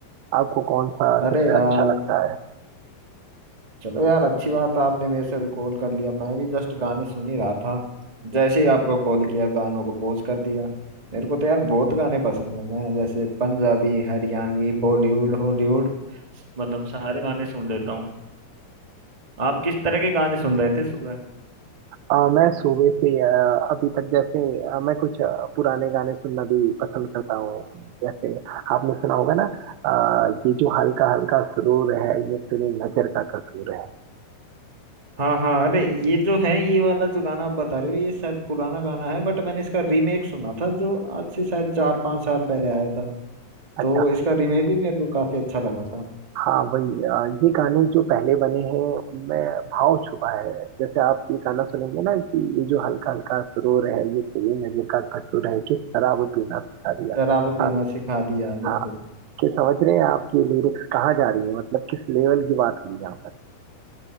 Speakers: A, on the right; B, on the right.
A: आपको कौन सा
B: अरे
A: सबसे
B: यार
A: अच्छा लगता है
B: चलो यार अच्छी बात है, आपने मेरे से अभी कॉल कर लिया मैं भी जस्ट गाने सुन ही रहा था जैसे ही आपका कॉल किया गानों को पॉज कर दिया मेरे को तो यार बहुत गाने पसंद है मैं जैसे पंजाबी हरियाणवी बॉलीवुड हॉलीवुड मतलब सारे गाने सुन लेता हूँ आप किस तरह के गाने सुन रहे थे सुबह
A: अ, मैं सुबह से अ, अभी तक जैसे अ, मैं कुछ अ, पुराने गाने सुनना भी पसंद करता हूँ जैसे आपने सुना होगा ना अ, ये जो हल्का हल्का सुरूर है ये तेरी नजर का कसूर है
B: हाँ हाँ अरे ये जो है ये वाला जो गाना आप बता रहे हो ये शायद पुराना गाना है बट मैंने इसका रीमेक सुना था जो आज से शायद चार पांच साल पहले आया था
A: अच्छा
B: तो इसका रीमेक भी मेरे को काफी अच्छा लगा था
A: हाँ वही अ, ये गाने जो पहले बने हैं उनमें भाव छुपा है जैसे आप ये गाना सुनेंगे ना कि ये जो हल्का हल्का सुरूर है ये तेरी नजर का कसूर है कि शराब पीना सिखा दिया
B: शराब पीना
A: आप
B: सिखा दिया बिल्कुल
A: हाँ कि समझ रहे हैं आपकी लिरिक्स कहाँ जा रही है मतलब किस लेवल की बात हो रही है यहाँ पर